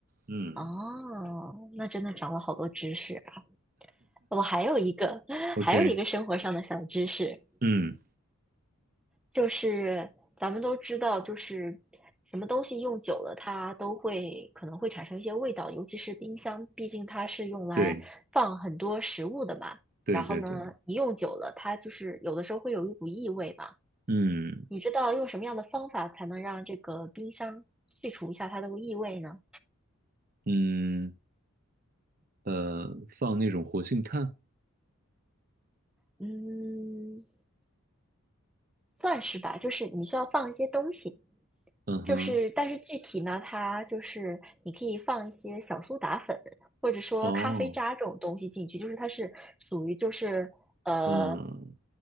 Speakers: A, on the right; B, in the centre.
A: 嗯
B: 哦，那真的长了好多知识啊我还有一个，<laughs>
A: ，OK，
B: 还有一个生活上的小知识，
A: 嗯，
B: 就是咱们都知道，就是什么东西用久了，它都会可能会产生一些味道，尤其是冰箱，毕竟它是用来放很多食物的嘛。
A: 对对对对，
B: 然后呢，你用久了，它就是有的时候会有一股异味嘛。
A: 嗯
B: 你知道用什么样的方法才能让这个冰箱去除一下它的异味呢？
A: 嗯呃，放那种活性炭，
B: 嗯，算是吧，就是你需要放一些东西。
A: 嗯哼，
B: 就是，但是具体呢，它就是你可以放一些小苏打粉，或者说咖啡渣这种东西进去，
A: 哦，
B: 就是它是属于就是呃，
A: 嗯，